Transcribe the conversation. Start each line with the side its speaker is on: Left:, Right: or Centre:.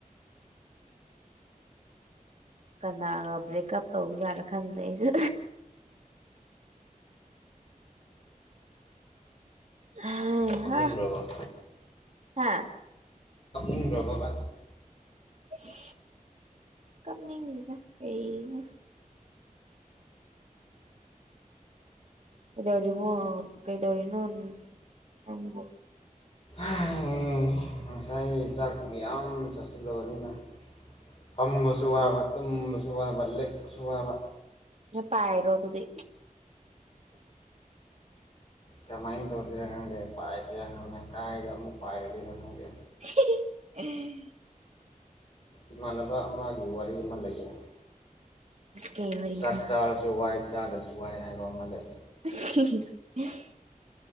Right: ꯀꯅꯥꯅꯣ ꯕ꯭ꯔꯦꯛꯀꯞ ꯇꯧꯕꯖꯥꯠꯅꯣ ꯈꯪꯗꯦ ꯑꯩꯁꯨ ꯍꯩꯍꯥ
Left: ꯀꯞꯅꯤꯡꯕ꯭ꯔꯕ
Right: ꯍꯥ
Left: ꯏꯪꯕꯔꯕꯕꯥ
Right: ꯏꯁ ꯀꯞꯅꯤꯡꯅꯤꯗ ꯀꯩꯅꯣ ꯀꯩꯗꯧꯔꯤꯃꯣ ꯀꯩꯗꯧꯔꯤꯅꯣ ꯅꯪꯕꯨ
Left: ꯑꯩꯏ ꯉꯥꯁꯥꯏ ꯑꯩ ꯆꯥꯛ ꯃꯌꯥꯝ ꯆꯥꯁꯤꯜꯂꯕꯅꯤꯅ ꯐꯝꯕꯁꯨ ꯋꯥꯕꯥ ꯇꯨꯝꯕꯁ ꯁꯨ ꯋꯥꯕꯥ ꯂꯦꯛꯁꯨ ꯋꯥꯕꯥ
Right: ꯌꯦ ꯄꯥꯏꯔꯣ ꯑꯗꯨꯗꯤ
Left: ꯀꯃꯥꯏꯅ ꯇꯧꯁꯤꯔꯥ ꯈꯪꯗꯦ ꯄꯥꯏꯁꯤꯔꯥ ꯈꯪꯗꯦ ꯀꯥꯏꯗ ꯑꯃꯨꯛ ꯄꯥꯏꯔꯗꯣꯏꯅꯣ ꯈꯪꯗꯦ
Right: ꯍꯤ ꯍꯤ
Left: ꯏꯃꯥꯟꯅꯕ ꯑꯃꯒꯤ ꯋꯥꯔꯤ ꯑꯃ ꯂꯩꯌꯦ
Right: ꯀꯩ ꯋꯥꯔꯤꯅꯣ
Left: ꯆꯥꯛ ꯆꯥꯔꯁꯨ ꯁꯨ ꯋꯥꯏ ꯆꯥꯗꯕꯁꯨ ꯋꯥꯏ ꯍꯥꯏꯕ ꯑꯃ ꯂꯩ
Right: <inaudible>